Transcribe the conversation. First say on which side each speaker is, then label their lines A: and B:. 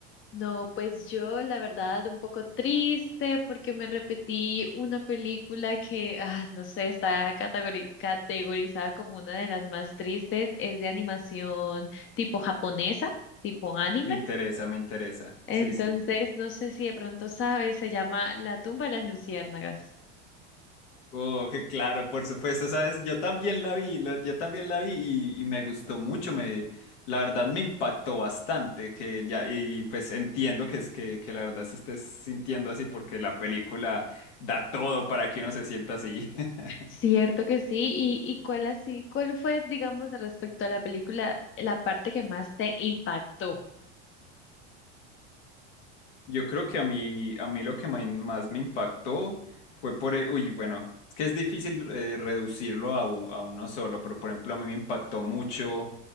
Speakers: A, on the left; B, on the left.
A: No, pues yo la verdad un poco triste porque me repetí una película que, ah, no sé, está categori- categorizada como una de las más tristes, es de animación tipo japonesa, tipo anime.
B: Me interesa, me interesa.
A: Entonces,
B: Sí, sí.
A: no sé si de pronto sabes, se llama La tumba de las luciérnagas.
B: Oh, que claro, por supuesto, sabes, yo también la vi, la- yo también la vi y, y me gustó mucho, me, la verdad me impactó bastante, que ya, y pues entiendo que es que, que la verdad se estés sintiendo así porque la película da todo para que uno se sienta así. <laughs>
A: Cierto que sí, y, y cuál así, cuál fue, digamos, respecto a la película, la parte que más te impactó.
B: Yo creo que a mí, a mí lo que mai- más me impactó fue por, e- uy, bueno, es que es difícil eh, reducirlo a, u- a uno solo, pero por ejemplo a mí me impactó mucho